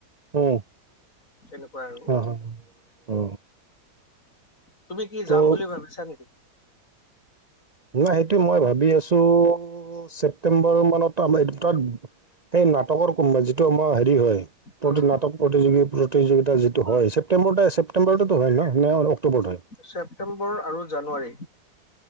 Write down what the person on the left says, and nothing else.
তেনেকুৱা আৰু
তুমি কি
যাম বুলি ভাবিছা নেকি
উম,
উম,
উম,
ছেপ্তেম্বৰ আৰু জানুৱাৰী